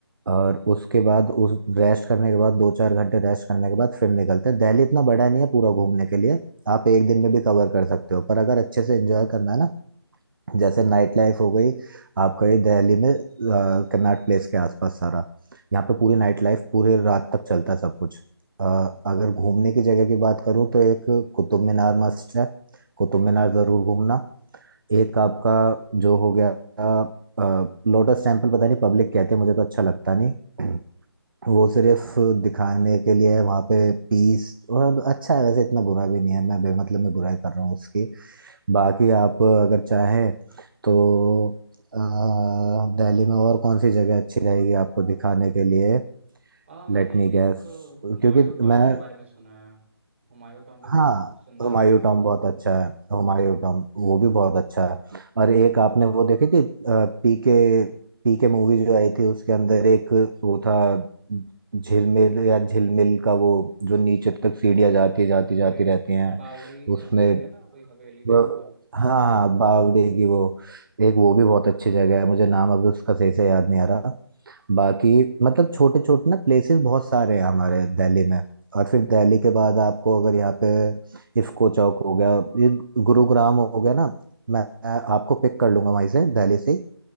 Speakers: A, on the right (about 50°); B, on the right (about 30°).
A: और उसके बाद उस रेस्ट करने के बाद दो चार घंटे रेस्ट करने के बाद फिर निकलते हैं दिल्ली इतना बड़ा नहीं है पूरा घूमने के लिए आप एक दिन में भी कवर कर सकते हो पर अगर अच्छे से एंजॉय करना है ना जैसे नाइट लाइफ हो गई आपका ये दिल्ली में कन्नाट प्लेस के आसपास सारा यहाँ पे पूरी नाइट लाइफ पूरे रात तक चलता है सब कुछ अ, अगर घूमने की जगह की बात करूँ तो एक कुतुब मीनार मस्ट है कुतुब मीनार जरूर घूमना एक आपका जो हो गया लोटस टेम्पल पता नहीं पब्लिक कहते हैं मुझे तो अच्छा लगता नहीं वो सिर्फ दिखाने के लिए है वहाँ पे पीस और अच्छा है वैसे इतना बुरा भी नहीं है मैं बेमतलब में बुराई कर रहा हूँ उसकी बाकी आप अगर चाहें तो अ, दिल्ली में और कौन सी जगह अच्छी रहेगी आपको दिखाने के लिए
B: आ, मैंने
A: लेट मी
B: एक
A: गैस
B: हुमायूं
A: क्योंकि
B: टॉम
A: मैं
B: के बारे में सुना है हुमायूं टॉम भी बहुत
A: हाँ
B: सुंदर
A: तो हुमायूं
B: है
A: टॉम बहुत अच्छा है तो हुमायूं टॉम वो भी बहुत अच्छा है और एक आपने वो देखी थी पीके पीके मूवी जो आई थी उसके अंदर एक वो था झिलमिल या झिलमिल का वो जो नीचे तक सीढ़ियाँ जाती जाती जाती
B: कोई
A: रहती हैं
B: बावड़ी
A: उसमें
B: ऐसे करके ना कोई हवेली टाइप
A: ब-
B: का
A: हाँ हाँ बावड़ी की वो एक वो भी बहुत अच्छी जगह है मुझे नाम अभी उसका सही से याद नहीं आ रहा बाकी मतलब छोटे छोटे ना प्लेसेस बहुत सारे हैं हमारे दिल्ली में और फिर दिल्ली के बाद आपको अगर यहाँ पे इफको चौक हो गया ये गुरुग्राम हो गया ना मैं आपको पिक कर लूंगा वहीं से दिल्ली से